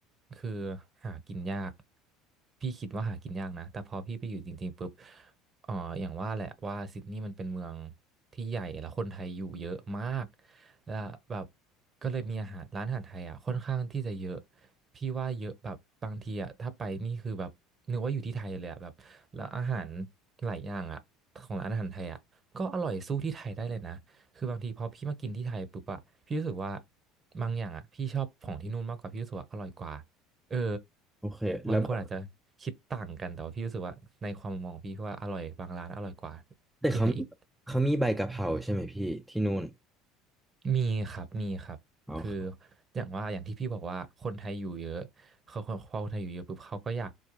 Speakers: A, on the right (about 35°); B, in the centre.
A: คือหากินยากพี่คิดว่าหากินยากนะแต่พอพี่ไปอยู่จริงๆปุ๊บเอ่ออย่างว่าแหละว่าซิดนีย์มันเป็นเมืองที่ใหญ่แล้วคนไทยอยู่เยอะมากแล้วแบบก็เลยมีอาหารร้านอาหารไทยอะค่อนข้างที่จะเยอะพี่ว่าเยอะแบบบางทีอะถ้าไปนี่คือแบบนึกว่าอยู่ที่ไทยเลยอะแบบแล้วอาหารหลายอย่างอะของร้านอาหารไทยอะก็อร่อยสู้ที่ไทยได้เลยนะ คือบางทีพอพี่มากินที่ไทยปุ๊บอะพี่รู้สึกว่าบางอย่างอะพี่ชอบของที่นู่นมากกว่าพี่รู้สึกว่าอร่อยกว่าเออ
B: โอเคแล้วแบบ
A: บางคนอาจจะคิดต่างกันแต่ว่าพี่รู้สึกว่าในความมองพี่ว่าอร่อยบางร้านอร่อยกว่า
B: แต่เขามีเขามีใบกะเพราใช่ไหมพี่ที่นู่น
A: ที่ไทยอีก มีครับ มีครับ
B: เอาเข้า
A: คืออย่างว่าอย่างที่พี่บอกว่าคนไทยอยู่เยอะเขาคนพอคนไทยอยู่เยอะปุ๊บเขาก็อยาก